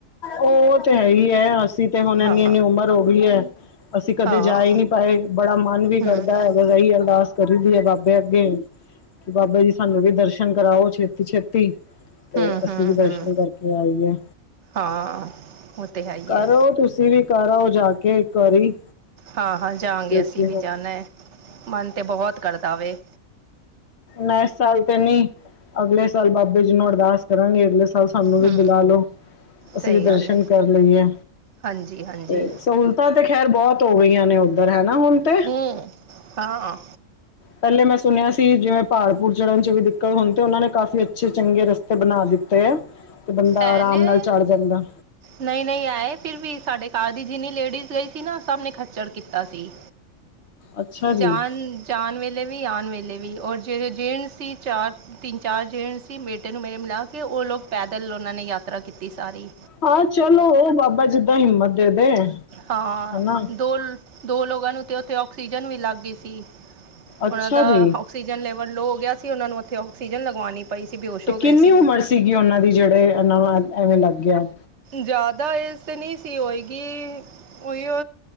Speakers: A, on the left; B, on the right.
A: ਉਹ ਤੇ ਹੈ ਹੀ ਹੈ ਅਸੀਂ ਤੇ ਹੁਣ ਇਨੀ-
B: ਹਾਂ
A: ਇੰਨੀ ਉਮਰ ਹੋ ਗਈ ਹੈ। ਅਸੀਂ ਕਦੇ
B: ਹਾਂ
A: ਜਾ ਹੀ ਨਹੀ ਪਾਏ ਬੜਾ ਮਨ ਵੀ
B: ਹੂੰ
A: ਕਰਦਾ
B: ਹੂੰ
A: ਹੈ। ਬਸ ਏਹੀ ਅਰਦਾਸ ਕਰੀ ਦੀ ਹੈ ਬਾਬੇ ਅੱਗੇ ਕਿ ਬਾਬਾ ਜੀ ਸਾਨੂੰ ਵੀ ਦਰਸ਼ਨ ਸ਼ਨ ਕਰਾਓ ਛੇਤੀ- ਛੇਤੀ ਤੇ
B: ਹੂੰ
A: ਅਸੀਂ
B: ਹੂੰ
A: ਵੀ ਦਰਸ਼ਨ
B: ਹੂੰ
A: ਕਰਕੇ ਆਈਏ।
B: ਹਾਂ। ਉਹ ਤੇ ਹੈ ਹੀ
A: ਕਰੋ
B: ਹੈ
A: ਤੁਸੀਂ ਵੀ ਕਰ ਆਓ ਜਾ ਕੇ ਇੱਕ ਵਾਰੀ।
B: ਹਾਂ- ਹਾਂ ਜਾਂਵਾਗੇ
A: ਕਿਉਂਕਿ
B: ਅਸੀਂ ਵੀ
A: ਹੁਣ
B: ਜਾਨਾ ਹੈ ਮਨ ਤਾਂ ਬਹੁਤ ਕਰਦਾ ਵੇ।
A: ਮੈਂ ਇਸ ਸਾਲ ਤੇ ਨਹੀ ਅਗਲੇ ਸਾਲ ਬਾਬੇ ਜੀ ਨੂੰ ਅਰਦਾਸ ਕਰਾਂਗੀ ਅਗਲੇ ਸਾਲ ਸਾਨੂੰ ਵੀ
B: ਹੂੰ
A: ਬੁਲਾ ਲੋ। ਅਸੀਂ
B: ਸਹੀ
A: ਵੀ
B: ਗੱਲ
A: ਦਰਸ਼ਨ
B: ਹੈ
A: ਕਰ ਲਈਏ
B: ਹਾਂਜੀ ਹਾਂਜੀ
A: ਤੇ ਸਹੂ ਲਤਾ ਤੇ ਖੈਰ ਬਹੁਤ ਹੋ ਗਈਆਂ ਨੇ ਉੱਧਰ ਹੈਨਾ, ਹੁਣ। ਤੇ
B: ਹਮ, ਹਾਂ।
A: ਪਹਿਲੇ ਮੈਂ ਸੁਨੇਆ ਸੀ ਜੋਂ ਪਹਾੜਪੁਰ ਚੜਨ ਚ ਵੀ ਦਿੱਕਤ ਹੋਣ ਤੇ ਉਹਨਾਂ ਨੇ ਕਾਫੀ ਅੱਛੇ ਚੰਗੇ ਰਸਤੇ ਬਣਾ ਦਿੱਤੇ ਆ, ਤੇ ਬੰਦਾ
B: ਐ
A: ਅਰਾਮ
B: ਨੇ
A: ਨਾਲ ਚੜ ਜਾਂਦਾ।
B: ਨਹੀਂ- ਨਹੀਂ ਆਏ ਫਿਰ ਵੀ ਸਾਡੇ ਕਾਰ ਦੀ ਜਿੰਨੀ ਲੇਡੀਜ਼ ਗਈ ਸੀ ਨਾ, ਸਭ ਨੇ ਖੱੱਚਰ ਕੀਤਾ ਸੀ।
A: ਅੱਛਾ ਜੀ
B: ਜਾਣ -ਜਾਣ ਵੇਲੇ ਵੀ, ਆਣ ਵੇਲੇ ਵੀ, ਔਰ ਜੇਹੜੇ ਜੇਂਟਸੀ ਚਾਰ ਤਿੰਨ ਚਾਰ ਜੇਂਟਸੀ ਬੇਟੇ ਨੂੰ ਮੇਰੇ ਮਿਲਾ ਕੇ, ਉਹ ਲੋਕ ਪੈਦਲ ਉਹਨਾਂ ਨੇ ਯਾਤਰਾ ਕੀਤੀ ਸਾਰੀ।
A: ਹਾਂ ਚਲੋ ਉਹ ਬਾਬਾ ਜਿੱਦਾਂ ਹਿੰਮਤ ਦੇ- ਦੇ,
B: ਹਾਂ
A: ਹਨਾ।
B: ਦੋ ਦੋ ਲੋਗਾਂ ਨੂੰ ਤੇ ਉੱਥੇ ਔਕਸੀਜਨ ਵੀ ਲੱਗ ਗਈ ਸੀ,
A: ਅੱਛਾ
B: ਉਹਨਾਂ ਦਾ
A: ਜੀ
B: ਔ ਔਕਸੀਜਨ ਲੈਵਲ ਲੋ ਹੋ ਗਿਆ ਸੀ, ਉਹਨਾਂ ਨੂੰ ਉੱਥੇ ਔਕਸੀਜਨ ਲਗਵਾਉਣੀ ਪਈ ਸੀ ਬੇਹੋਸ਼
A: ਤੇ
B: ਹੋ
A: ਕਿੰਨੀ
B: ਗਏ ਸੀ
A: ਉਮਰ ਸੀਗੀ ਉਨਾਂ ਦੀ ਜਿਹੜੇ ਇਨਾਂ ਨਾਲ ਐਵੇਂ ਲੱਗ ਗਿਆ?
B: ਜਾਦਾ ਏਜ਼ ਤੇ ਨਹੀਂ ਸੀ ਹੋਏਗੀ ਉਹੀ ਓ